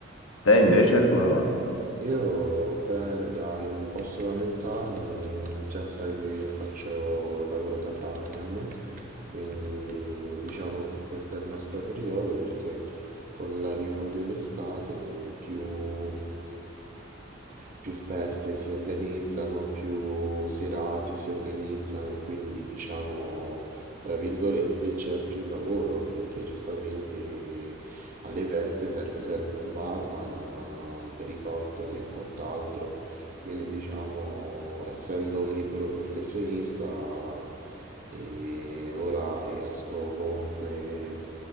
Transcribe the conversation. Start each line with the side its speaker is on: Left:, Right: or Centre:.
Left: Te invece come va?
Right: Io bene, dai, non posso lamentarmi, già sai che io faccio il lavoro da barman, quindi diciamo che questo è il nostro periodo perché con l'arrivo dell'estate più più feste si organizzano, più serate si organizzano e quindi diciamo, tra virgolette, c'è più lavoro perché giustamente alle feste serve sempre un barman, eh, per i cocktail e quant'altro. Quindi diciamo, essendo un libero professionista, e ora riesco comunque